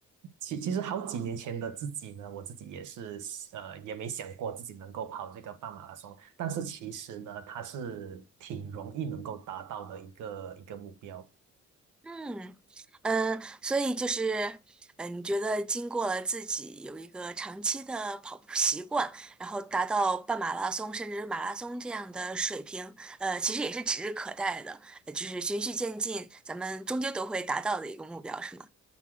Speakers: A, on the right; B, in the centre.
A: 其其实好几年前的自己呢，我自己也是呃也没想过自己能够跑这个半马拉松，但是其实呢，它是挺容易能够达到的一个一个目标。
B: 嗯嗯，所以就是，嗯，你觉得经过了自己有一个长期的跑步习惯，然后达到半马拉松甚至是马拉松这样的水平，呃，其实也是指日可待的，呃就是循序渐进，咱们终究都会达到的一个目标，是吗？